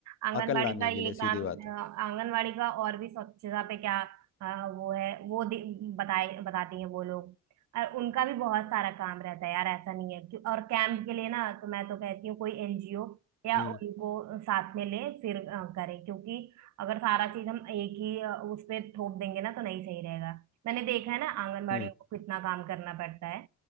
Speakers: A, on the right; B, on the left.
A: आंगनवाड़ी
B: अकल लाने
A: का ये
B: के लिए सीधी
A: काम अ,
B: बात
A: आंगनवाड़ी का और भी स्वच्छता पे क्या अ, वो है वो दे- बताए बताती हैं वो लोग और उनका भी बहुत सारा काम रहता है यार ऐसा नहीं है क्यों- और कैंप के लिए ना तो मैं तो कहती हूँ कोई एनजीओ या
B: हम्म
A: उनको साथ में ले फिर अ, करें क्योंकि अगर सारा चीज हम एक ही अ, उस पे थोप देंगे ना तो नहीं सही रहेगा मैंने देखा है ना आंगनवाड़ियों
B: हम्म
A: को कितना काम करना पड़ता है